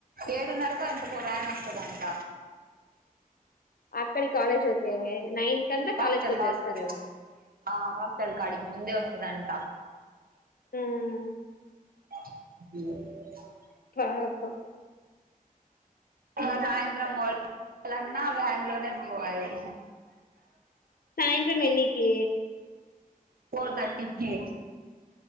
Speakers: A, on the right; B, on the left.
A: ఏడున్నరకో ఎంతకో వ్యాన్ వస్తదంట
B: ఆక్కది కాలేజ్ వచ్చే నైన్ కంతా
A: హాస్టల్
B: కాలేజ్ కి వచ్చేస్తారేమో
A: హాస్టల్. ఆ హాస్టల్ కాడికి ముందే వస్తదంటా
B: మ్
A: అ
B: పాపం
A: ఇక సాయంత్రం పోవాలన్నా వ్యాన్ లోనే పోవాలి.
B: సాయంత్రం ఎన్నికి
A: ఫోర్ థర్టీకి